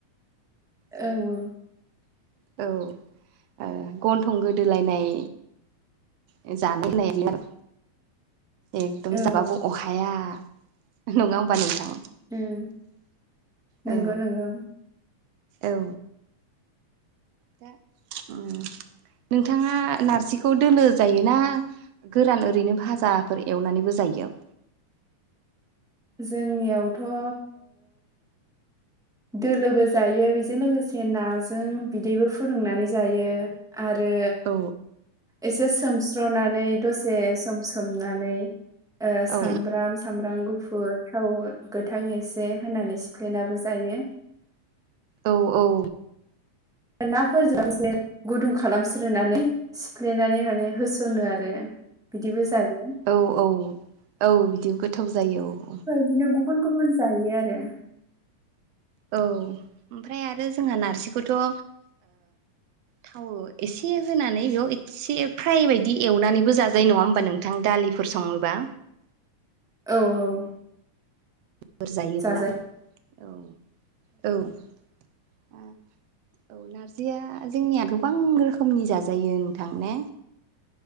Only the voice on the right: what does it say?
जानो
औ ओ गन्थं गोदोलायनाय। ओ <inaudible> एकदम
जाबाबो अहाया नङा होमबा नोंथां?
औ औ। दा उम। नोंथाङा नारजिखौ दोलो जायोना गोरान ओरैनो भाजा? फोर एवनानैबो जायो।
औ
औ
औ-औ।
औ-औ-औ बिदि गोथाव जायो औ।
औ ओमफ्राय आरो जोंहा नारजिखौथ'ओ थावो एसे होनानै बेयाव ए एसे फ्राय बायदि एवनानैबो जाजायो नङा होमबा नोंथां? दालिफोर सङोबा।
बुरजायोब्ला
औ औ औ नारजिया जोंनिया गोबां रोखोमनि जाजायो नोंथां ने